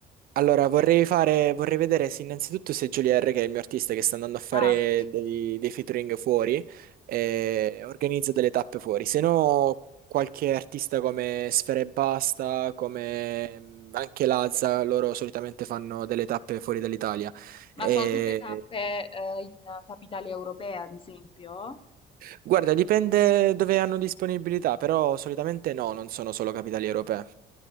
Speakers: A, on the right; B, on the left.
A: Allora, vorrei fare, vorrei vedere se innanzitutto se Jolier, che è il mio artista che sta andando a fare
B: Ah, ok.
A: dei, dei featuring fuori, eh, organizza delle tappe fuori. Se no, qualche artista come Sfera e Basta, come mm, anche Lazza, loro solitamente fanno delle tappe fuori dall'Italia.
B: ma
A: E-
B: sono tutte tappe, eh, in capitale europea, ad esempio?
A: Guarda, dipende dove hanno disponibilità, però solitamente no, non sono solo capitali europee.